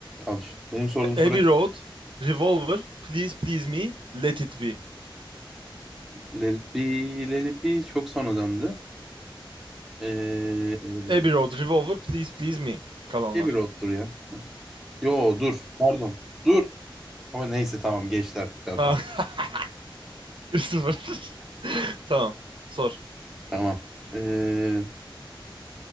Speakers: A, in the centre; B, on the right.
A: Al işte. Benim sorduğum
B: Abbey
A: soru
B: Road, Revolver, Please Please Me, Let It Be.
A: Let It Be, Let It Be çok sonradandı. Ee, e,
B: Abbey Road, Revolver, Please Please Me. Kalanlar.
A: Heavy Road'dur ya. Yo dur. Pardon. Dur. Ama neyse tamam geçti artık tamam
B: Tamam.
A: tamam.
B: <laughs> 1-0. <laughs> Tamam. Sor.
A: Tamam. Ee,